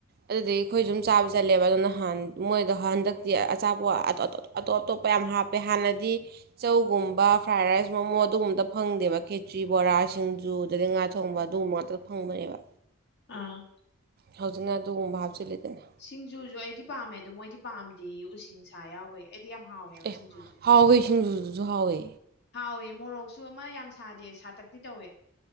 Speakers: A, on the right; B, on the left.
A: ꯑꯗꯨꯗꯒꯤ ꯑꯩꯈꯣꯏꯁꯨ ꯁꯨꯝ ꯆꯥꯕ ꯆꯠꯂꯦꯕ ꯑꯗꯨ ꯅꯍꯥꯟ ꯃꯣꯏꯗꯣ ꯍꯟꯗꯛꯇꯤ ꯑꯆꯥꯄꯣꯠ ꯑꯇꯣ ꯑꯇꯣ ꯑꯇꯣ ꯑꯇꯣꯞ ꯑꯇꯣꯞꯄ ꯌꯥꯝ ꯍꯥꯞꯄꯦ ꯍꯥꯟꯅꯗꯤ ꯆꯧꯒꯨꯝꯕ ꯐ꯭ꯔꯥꯏ ꯔꯥꯏꯁ ꯃꯣꯃꯣ ꯑꯗꯨꯒꯨꯝꯕꯇ ꯐꯪꯗꯦꯕ ꯈꯦꯇ꯭ꯔꯤ ꯕꯣꯔꯥ ꯁꯤꯡꯖꯨ ꯑꯗꯨꯗꯒꯤ ꯉꯥ ꯊꯣꯡꯕ ꯑꯗꯨꯒꯨꯝꯕ ꯉꯥꯛꯇ ꯐꯪꯕꯅꯦꯕ
B: ꯑꯥ
A: ꯍꯧꯖꯤꯛꯅ ꯑꯗꯨꯒꯨꯝꯕ ꯍꯥꯞꯆꯤꯜꯂꯤꯗꯅ
B: ꯁꯤꯡꯖꯨꯁꯨ ꯑꯩꯗꯤ ꯄꯥꯝꯃꯦ ꯑꯗꯣ ꯃꯣꯏꯗꯤ ꯄꯥꯝꯗꯦ ꯎꯁꯤꯡꯁ ꯌꯥꯎꯕꯩ ꯑꯩꯗꯤ ꯌꯥꯝ ꯍꯥꯎꯋꯦꯕ
A: ꯑꯦ
B: ꯁꯤꯡꯖꯨꯗꯨ
A: ꯍꯥꯎꯋꯦ ꯁꯤꯡꯖꯨꯗꯨꯁꯨ ꯍꯥꯎꯋꯦ
B: ꯍꯥꯎꯋꯦ ꯃꯣꯔꯣꯛꯁꯨ ꯑꯃ ꯌꯥꯝ ꯁꯥꯗꯦ ꯁꯥꯇꯛꯇꯤ ꯇꯧꯋꯦ